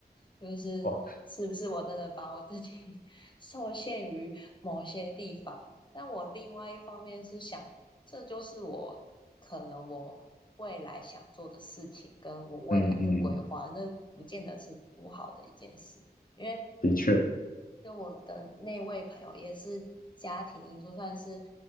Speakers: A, on the left (about 30°); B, on the left (about 60°).
A: 就是是不是我真的把我自己
B: 哇，
A: <laughs> 受限于某些地方？但我另外一方面是想，这就是我可能我未来想做的事情，跟我未来的规划，
B: 嗯嗯，
A: 那不见得是不好的一件事。因为
B: 的确，
A: 就我的那位朋友也是家庭因素，算是